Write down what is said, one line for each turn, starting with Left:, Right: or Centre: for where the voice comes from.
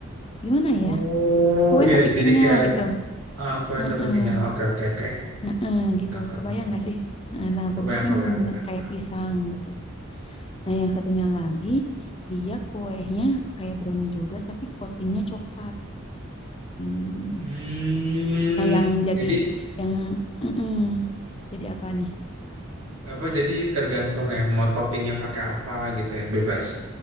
Left: Gimana
Right: Oh,
Left: ya? Kue
Right: iya,
Left: tapi
Right: jadi
Left: kenyal
Right: kayak
Left: gitu.
Right: ah, kue
Left: Heeh,
Right: tapi kenyal. Oke, oke, oke.
Left: heeh, gitu.
Right: Nakar,
Left: Kebayang
Right: nakar.
Left: gak sih? Nah, nah,
Right: Kebayang,
Left: bentuknya
Right: kebayang,
Left: benar-benar
Right: kebayang,
Left: kayak
Right: kebayang.
Left: pisang gitu. Nah, yang satunya lagi dia kuenya kayak brownie juga tapi coatingnya coklat. Hmm.
Right: Hmm,
Left: Nah, yang jadi
Right: jadi
Left: yang mm-mm. Jadi apa nih?
Right: apa? Jadi tergantung ya, mau toppingnya pakai apa gitu ya, bebas.